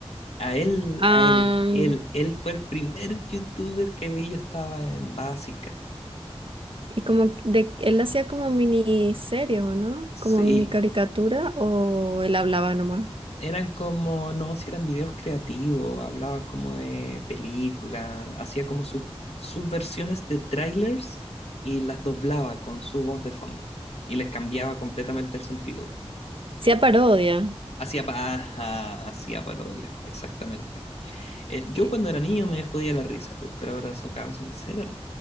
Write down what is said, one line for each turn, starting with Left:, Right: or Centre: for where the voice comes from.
Left: A él,
Right: Am,
Left: a él, él, él fue el primer youtuber que vi, yo estaba en básica.
Right: y como de, él hacía como miniseries, ¿o no?
Left: Sí,
Right: Como mini caricatura, o él hablaba nomás.
Left: eran como, no, si eran videos creativos, hablaba como de películas, hacía como sus, sus versiones de trailers y las doblaba con su voz de fondo y les cambiaba completamente el sentido.
Right: Sí, a parodia.
Left: Hacía paja, hacía parodia, exactamente. Eh, yo
Right: Y
Left: cuando era niño me jodía la risa, pues, pero ahora eso, claro, son de cera, ¿no?